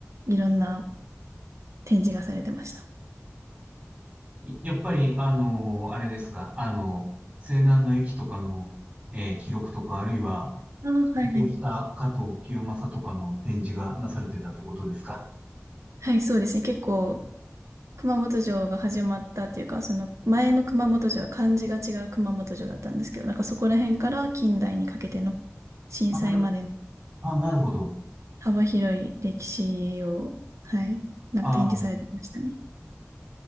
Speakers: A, on the right (about 85°); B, on the right (about 30°).
A: いろんな展示がされてました。
B: いやっぱり、あのーあれですか、あの西南の駅とかの、えー記録とか、あるいは、
A: ああ、はいはい。
B: 起業した加藤清正とかの展示がなされてたってことですか。
A: はい、そうですね。結構、熊本城が始まったっていうか、その前の熊本城は漢字が違う熊本城だったんですけど、なんかそこら辺から近代にかけての震災までの
B: あ、なる、あ、なるほど。
A: 幅広い歴史を、はい、なんか展示されてましたね。
B: あー